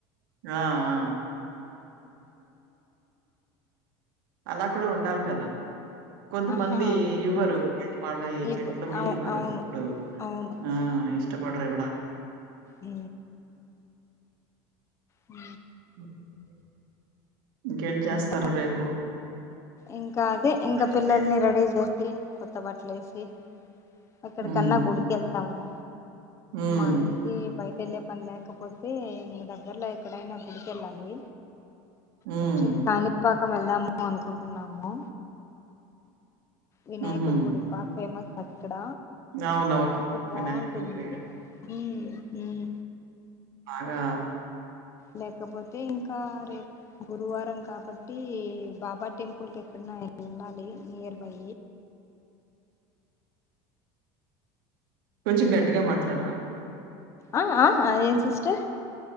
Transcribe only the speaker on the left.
ఆహా
ఇవ్
అవు
అవును
అవును
ఉ ఉ
ఇంకా
ఇంకా అదే ఇంకా
పిల్లల్ని
రెడీ చేసి కొత్త బట్టలు వేసి అక్కడికన్నా
గుడికి వెళ్తాము
మా ఆయనకి బయట పెళ్లి పని లేకపోతే ఇ దగ్గర్లో ఎక్కడైనా గుడిక వెళ్ళాలి
యాక్చువల్లీ కానీపాకం వెళ్దాము అనుకుంటున్నాము వినాయకుడు
గుడి బాగా ఫేమస్ ఇక్కడ
అక్క బాగుంటుంది
హ్మ్ హ్మ్
లేకపోతే ఇంకా రేపు గురువారం కాబట్టి బాబా టెంపుిల్ కె ఎలాలి నయర్ బై
ఆ ఆ ఏన్ సిస్టర్